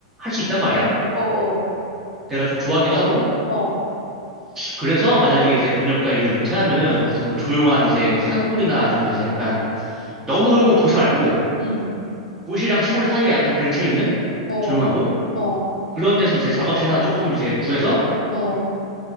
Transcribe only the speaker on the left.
어 어.
어.
응.
어,
어,
어.